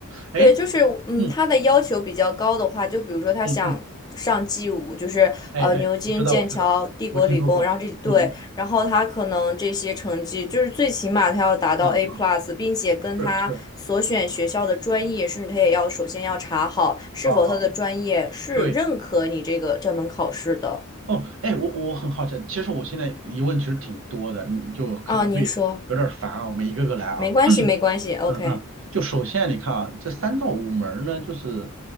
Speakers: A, on the right (about 65°); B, on the left (about 20°).
A: 哎，
B: 对，就是嗯，
A: 嗯
B: 他的要求比较高的话，就比如说他想上
A: 嗯嗯。
B: G 五，就是呃牛津、
A: 哎哎，我知道，
B: 剑桥、
A: 我知道，
B: 帝国理工，
A: 我听说过。
B: 然后这对，
A: 嗯嗯
B: 然后他可能这些成绩就是最起码他要达到
A: 嗯嗯，
B: A plus，并且跟他所选学校的专业，
A: 是是，
B: 甚至他也要首先要查好是否他的专业是认可你这个这门考试的
A: 好好，对。哦，哎，我我很好奇，其实我现在疑问其实挺多的，你就可能会有点儿烦啊，
B: 啊。您说，
A: 我们一个个来啊。
B: 没关系，没关系，OK，
A: 嗯嗯，就首先你看啊，这三到五门儿呢，就是